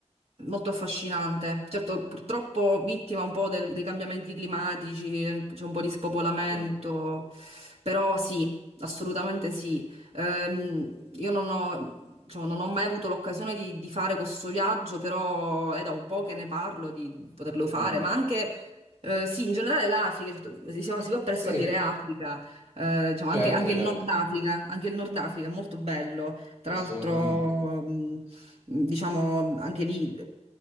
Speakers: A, on the right (about 65°); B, on the right (about 25°).
A: molto affascinante. Certo, purtroppo vittima un po' del- dei cambiamenti climatici, c'è un po' di spopolamento,
B: Sì.
A: però sì, assolutamente sì. Ehm, io non ho, diciamo, non ho mai avuto l'occasione di, di fare questo viaggio, però è da un po' che ne parlo di poterlo fare,
B: Mm.
A: ma anche... eh, sì, in generale l'Africa, certo, si, si va presto
B: Sì,
A: a dire Africa, eh, diciamo
B: certo,
A: anche, anche
B: certo,
A: il Nord Africa, anche il Nord Africa è molto bello. Tra
B: assolutamente.
A: l'altro, mh, diciamo anche lì